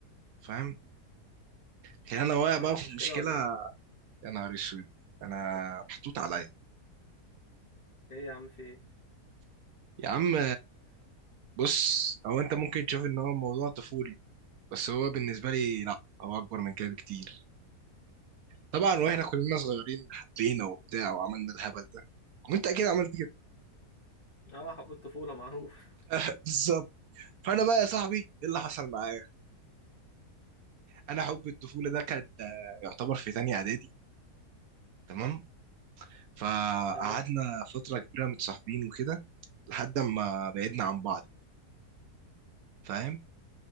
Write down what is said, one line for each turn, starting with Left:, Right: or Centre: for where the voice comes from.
Right: فاهم لكن انا واقع
Left: انت
Right: بقى
Left: عندك
Right: في
Left: مشكله
Right: مشكله
Left: ولا ايه
Right: يا نهار اسود انا محطوط عليا
Left: ايه يا عم في ايه
Right: يا عم بص او انت ممكن تشوف ان هو موضوع طفولي بس هو بالنسبه لي لا هو اكبر من كده بكتير طبعا واحنا كلنا صغيرين حبينا وبتاع وعملنا الهبل ده وانت اكيد عملت كده
Left: اه حب الطفوله معروف
Right: <laughs> بالظبط فانا بقى يا صاحبي ايه اللي حصل معايا انا حب الطفوله ده كان آه، يعتبر في تانية اعدادي تمام فقعدنا
Left: تمام
Right: فتره كبيره متصاحبين وكده لحد ما بعدنا عن بعض فاهم